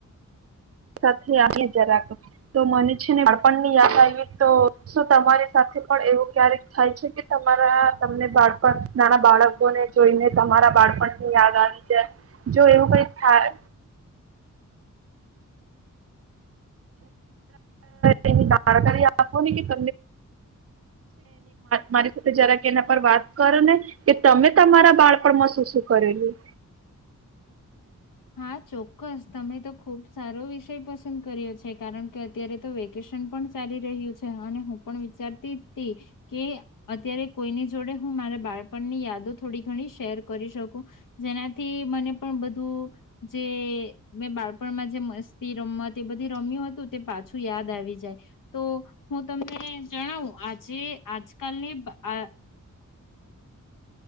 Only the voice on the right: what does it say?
સાથે આવી જરા તો મને છે ને બાળપણની યાદ આવી તો શું તમારી સાથે પણ એવું ક્યારેક થાય છે કે તમારા તમને બાળપણ નાના બાળકોને જોઈને તમારા બાળપણની યાદ આવી જાય જો એવું કઈ થાય ની જાણકારી આપોને કે ત મારી સાથે જરા એના પર વાત કરો ને કે તમે તમારા બાળપણમાંસ શું શું કરેલું